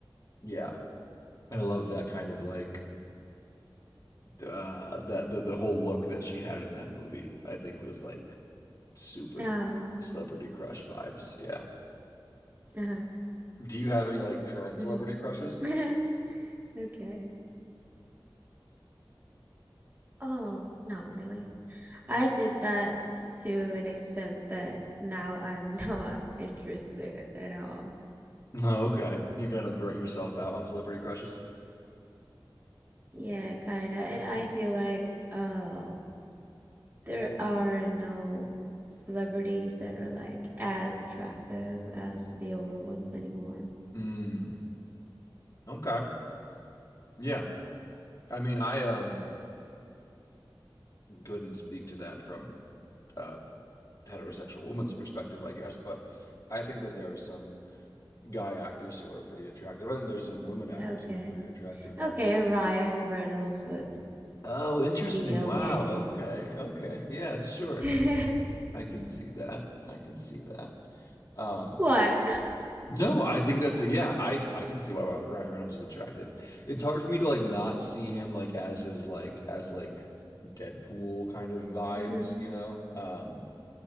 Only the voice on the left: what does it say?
yeah, I love that kind of like uh that the, the whole look that she had in that movie, I think was like super
celebrity crush vibes. Yeah.
Do you have any like current
celebrity crushes?
Oh, okay. You kind of burnt yourself out on celebrity crushes?
Hmm. Okay. Yeah. I mean, I um couldn't speak to that from a heterosexual woman's perspective, I guess. But I think that there are some guy actors who are pretty attractive. I think there's some women actors
who are pretty attractive now
too.
Oh, interesting.
Wow. Okay. Okay. Yeah, sure.
I can see that. I can see that. Um,
no, I think that's yeah, I I can see why Ryan Reynolds is attractive. It's hard for me to like not see him like as his like as like Deadpool kind of vibes,
you know? Um,